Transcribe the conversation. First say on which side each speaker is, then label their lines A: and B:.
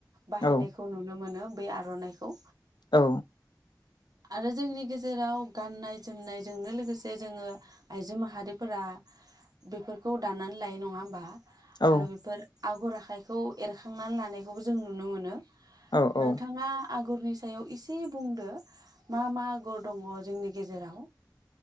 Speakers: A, on the right (about 55°); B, on the left (about 70°).
A: बाहायनायखौ
B: औ
A: नुनो मोनो। बै आर'नाइखौ
B: औ।
A: आरो जोंनि गेजेराव गाननाय जोमनायजोंनो लोगोसे जोङो आइजो माहारिफोरा बेफोरखौ दानानै लायो नङा होमबा?
B: औ
A: आरो बेफोर आगर आखाइखौ एरखांनानै लानायखौबो जों नुनो मोनो।
B: औ
A: नोंथाङा आगरनि सायाव इसे बुंदो मा मा आगर दङ जोंनि गेजेराव?